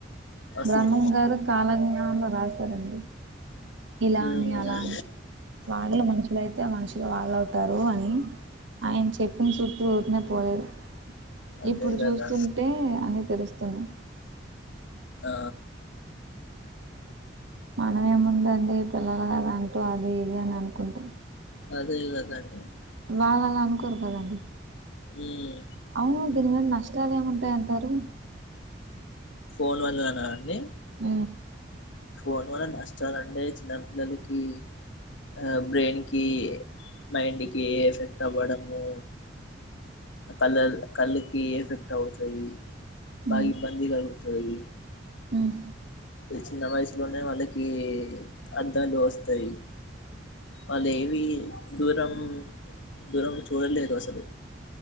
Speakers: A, on the left (about 75°); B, on the right (about 75°).
A: అసలు
B: బ్రహ్మన్ గారు కాలజ్ఞనంలో రాశారండి ఇలా
A: ఉమ్
B: అని అలా అని వాళ్ళ మనుషులుయితే మనుషులు వాళ్ళ అవుతారు అని ఆయన చెప్పిన చుట్టూ రినే పోలేదు
A: అదే
B: ఇప్పుడు
A: కదా
B: చూస్తుంటే అని తెలుస్తు తున్
A: ఆ
B: మనమేముందండి పిల్లలు గద అంటూ అది ఇది అని అనుకుంటా
A: కల్ <inaudible>
B: వాళ్లలా అనుకోరు కదండి
A: ఉమ్
B: అవును దీనిమీద నష్ట త్రాలేముంటాయంటారు
A: ఫోన్ వల్లనా అండి
B: ఊ
A: ఫోన్ వల్ల నష్టాలంటే చిన్నపిల్లలకి ఆ బ్రెయిన్ కి మైండ్ కి కే ఎఫెక్ట్ అవ్వడము కళ్ళళ్ కళ్ళుకి ఎఫెక్ట్ అవుతాయి బా
B: మ్మ్
A: ఇబ్బంది గౌ తురయి
B: మ్మ్
A: ఈ చిన్న వయసులోన్ నా వాళ్ళకి అద్దాలు వస్తాయి వాళ్ళు ఏవీ దూరం దూరం నుంచి చూడలేరు అసలు